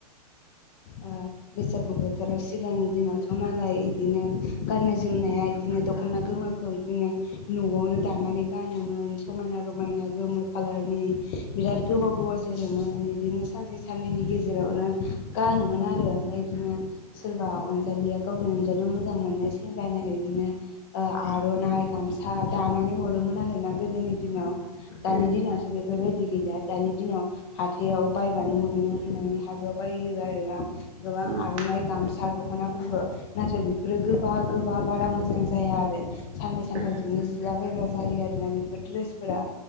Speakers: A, on the left; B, on the right.
A: आ बैसागु बोथोराव सिगांनि दिनावथ' मालाय इदिनो गाननाय जोमनाया इदिनो दख'ना गोमो खौ इदिनो न'आवनो दानानै गानोमोन समायना रमायना गोमो खाालारनि बिराद गोबाव गोबाव जोरोमोन बिदिनो सानसे साननैनि गेजेरावनो गानोमोन आरो ओमफ्राय बिदिनो सोरबा अनजालिया गावनि अनजालियाव मोजां मोननाय सेंग्रानो बिदिनो आर'नाइ गामसा दानानै हरोमोन आरोना गोदोनि दिनाव
B: उम
A: दानि दिनावसो बेफोरबायदि गैलि दानि दिनाव हाथायाव बायबानो मोनो होननानै हाथायाव बाय आरोना गोबां
B: उम
A: आर'नाइ गामसा द दख'नाफोरबो नाथाय बेफोरो गोबा गोबा बारा मोजां जाया आरो साननै सानथाम
B: उम
A: जोंनो सिला बायग्रा आरोना बेफोर दड्रेसफोरा।